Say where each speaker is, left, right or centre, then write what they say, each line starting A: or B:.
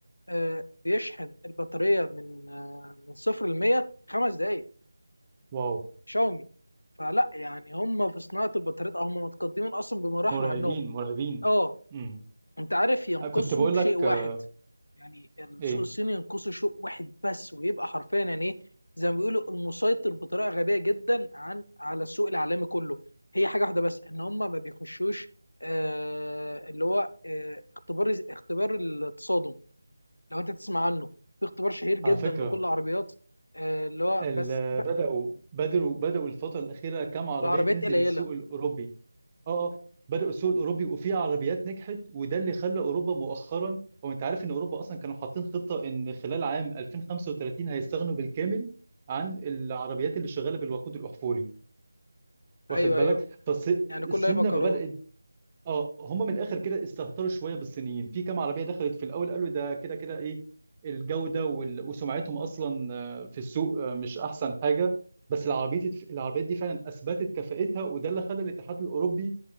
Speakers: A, on the left; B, on the right.
A: آه، بيشحن البطاريه من آه، من صفر ل 100 خمس دقائق
B: واو
A: شاومي فلا يعني هم في صناعه البطاريات او هم متقدمين اصلا بمراحل
B: مرعبين
A: عنهم
B: مرعبين
A: اه
B: امم
A: انت عارف ينقصهم
B: كنت بقول
A: شيء
B: لك
A: واحد
B: آه،
A: يعني السوق
B: ايه
A: الصيني ينقصه شيء واحد بس ويبقى حرفيا يعني ايه زي ما بيقولوا المسيطر بطريقه غبيه جدا عن على السوق العالمي كله هي حاجه واحده بس ان هم ما بيخشوش آه اللي هو آه اختبار اختبار التصادم لو انت تسمع عنه في اختبار شهير جدا
B: على فكرة
A: لكل العربيات آه اللي هو
B: ال-
A: بس ب-
B: بدأوا بدأوا بدأوا الفترة الأخيرة كام عربية
A: بعربيات
B: تنزل
A: قليله
B: السوق الأوروبي اه اه بدأوا السوق الأوروبي وفي عربيات نجحت وده اللي خلى أوروبا مؤخرا هو أنت عارف إن أوروبا أصلا كانوا حاطين خطة إن خلال عام 2035 هيستغنوا بالكامل عن العربيات اللي شغالة بالوقود الأحفوري واخد
A: ايوه
B: بالك
A: ايوه
B: فالصين
A: يعني كله هيبقى كهرباء
B: لما بدأت اه هم من الاخر كده استهتروا شويه بالصينيين في كام عربيه دخلت في الاول قالوا ده كده كده ايه الجوده وال... وسمعتهم اصلا آه، في السوق آه، مش احسن حاجه بس العربيات العربيات دي فعلا اثبتت كفاءتها وده اللي خلى الاتحاد الاوروبي